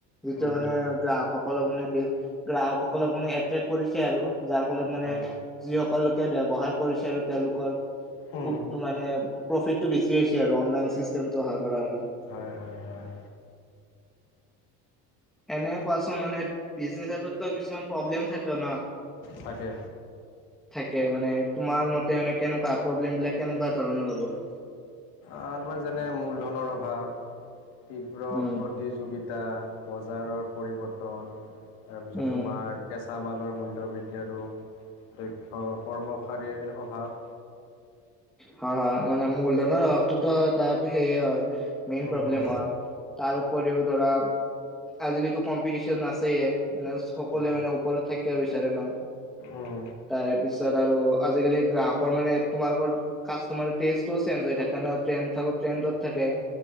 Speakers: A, in the centre; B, on the left.
A: যিটো
B: উম
A: মানে
B: হুম
A: গ্ৰাহকসকলক মানে গ্ৰাহকসকলক মানে এট্ৰেক্ট কৰিছে আৰু যাৰ ফলত মানে
B: উম উম
A: যিসকল লোকে ব্য্ৱসায় কৰিছে আৰু তেওঁলোকৰ
B: হয়
A: মান প্ৰফিটটো বেছি হৈছে আৰু অনলাইন চিেমটো অাৰ কৰা আৰু
B: হয় হয় হয়
A: এনে কোৱাচোন মানে বিজনে হাতত কিছুমান প্ৰব্লেম থাকে ন
B: তাকে
A: থাকে মানে তোমাৰ মতে ম কেনেকুৱা প্ৰব্লেম বিলাক কেনেকুৱা ধৰণৰ হ'ব
B: তাৰপাৰ যেনে মূলধনৰ অভাৱ তীব্ৰ
A: উম
B: প্ৰতিযোগিতা বজাৰৰ পৰিৱৰ্তন তাৰপিছত
A: উম
B: তোমাৰ কেঁচামালৰ মূল্য বৃদ্ধি আৰু দক্ষ কৰ্মশাৰীৰ অভাৱ
A: হয় হয় মানে মূলধনৰ অভাৱটোোতো ত সেইয়ে হয় মেইন
B: উম
A: প্ৰব্লেম
B: হুম
A: হয় তাৰ উপৰিও ধৰা আজিলিতো কম্পিটিশন আছেয়ে মানে সকলোৱে
B: উম
A: মানে ওপৰত থাকিব বিচাৰে ন
B: উম
A: তাৰে পিছত আৰু আজিকালি গ্ৰাহকৰ মানে তোমালোক কাষ্টমাৰ চেঞ্জ হৈ থাকে ন থত থাকে